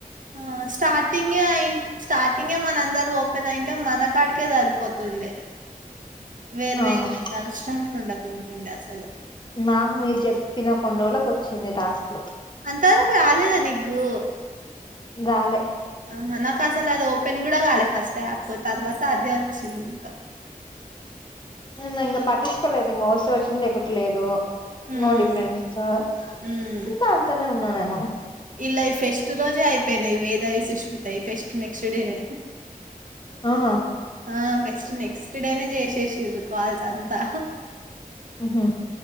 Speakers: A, on the right; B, on the left.
A: ఆ స్టార్టింగే అయి స్టార్టింగే మన అందరు ఓపెన్ ఆయుంటే మన కాడికే సరిపోతుండే వేర్లు
B: అవును
A: వేర్లువి కలిసేం ఉండవు కోన్కుండె అసలు
B: నాకు మీరు చెప్పిన కోన్రోజులకు వచ్చింది టాస్క్ లు
A: అంత వరకు రాలేదా నీకు
B: గాలే
A: ఆహా నాకు అసలు అది ఓపెన్ కూడా కాలే ఫస్ట్ యాప్ తర్వాత అదే వచ్చింది ఇంకా
B: న ఇంకా పట్టిుచుకోలేదు ఇంక వోస్త ఒచ్చింది లేకపోతే లేదు
A: ఉమ్
B: నో డిపెన్సా అ
A: ఉమ్
B: ఎంత అంతనే ఉన్నాన ను
A: ఇలా ఈ ఫెస్ట్ రోజే అయిపోయినాయి వేదవి సుష్మితవి ఫెస్ట్ నెక్స్ట్ డేనే
B: అవునా
A: ఆ ఫస్ట్ నెక్స్ట్ డేనే చేసేసిరు కాల్స్ అంతా
B: ఉహు